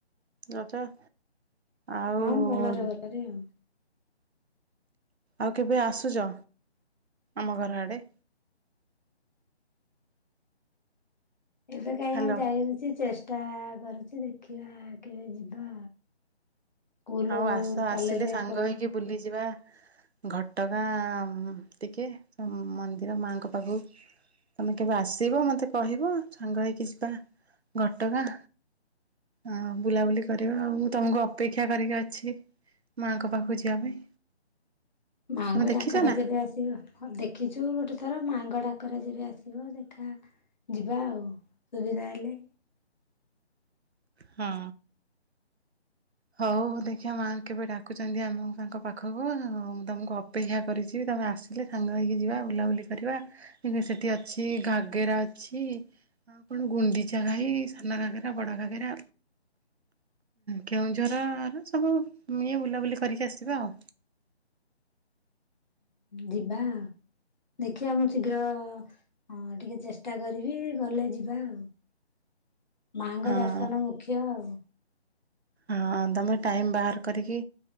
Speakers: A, on the right (about 70°); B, on the left (about 40°).
A: ରଜ ଆଉ
B: ହଁ ଭଲରେ ଭଲରେ ଆଉ।
A: ଆଉ କେବେ ଆସୁଛ ଆମ ଘର ଆଡେ?
B: ଏବେ କାହିଁ
A: ହ୍ୟାଲୋ
B: ଆଉ ଯାଇ ହଉଛି ଚେଷ୍ଟା-ଆ-ଆ <unintelligible> ଦେଖିଆ କେବେ ଯିବା ସ୍କୁଲ
A: ଆଉ ଆସ ଆସିଲେ
B: କଲେଜ
A: ସାଙ୍ଗ
B: ଖୋଲ
A: ହେଇକି ବୁଲିଯିବା। ଘଟଗାଁ-ଆ-ଆ ଟିକେ ମନ୍ଦିର ମାଙ୍କ ପାଖକୁ ତମେ କେବେ ଆସିବ ମତେ କହିବ ସାଙ୍ଗ ହେଇକି ଯିବା ଘଟଗାଁ ଆ ବୁଲାବୁଲି କରିବା ଆଉ ମୁଁ ତମକୁ ଅପେକ୍ଷା କରିକି ଅଛି ମାଙ୍କ ପାଖକୁ ଯିବା ପାଇଁ।
B: ମାଙ୍କ
A: ତମେ ଦେଖିଛ
B: ଡାକରା
A: ନା
B: ଯେବେ ଆସିବ, ଦେଖିଛୁ ଯିବୁ ଗୋଟେ ଥର ମାଙ୍କ ଡାକରା ଯବେ ଆସିବ ଦେଖା ଯିବା ଆଉ ସୁବିଧା ହେଲେ
A: ହଁ। ହଉଉ ଦେଖିବା ମାଆ କେବେ ଡାକୁଛନ୍ତି ଆମ ତାଙ୍କ ପାଖକୁ। ଉମ୍ ମୁଁ ତମକୁ ଅପେକ୍ଷା କରିଛିି। ତମେ ଆସିଲେ ସାଙ୍ଗ ହେଇକି ଯିବା ବୁଲାବୁଲି କରିବା। ଏବେ ସେଠି ଅଛି ଘାଗେରା ଅଛି, ଆଉ କଣ ଗୁଣ୍ଡିଚା ଘାଇ, ସାନ ଘାଗେରା, ବଡ ଘାଗେରା। କେଉଁଝରର ସବୁ ଇଏ ବୁଲାବୁଲି କରିକି ଆସିବା ଆଉ।
B: ଯିବା-ଆ-ଆ ଦେଖିବା ମୁଁ ଶୀଘ୍ର-ଅ-ଅ ଅ ଟିକେ ଚେଷ୍ଟା କରିବି ଗଲେ ଯିବା ଆଉ। ମାଙ୍କ
A: ହଁ
B: ଦର୍ଶନ ମୁଖ୍ୟ ଆଉ।
A: ହଁ ତମେ ଟାଇମ୍ ବାହାର କରିକି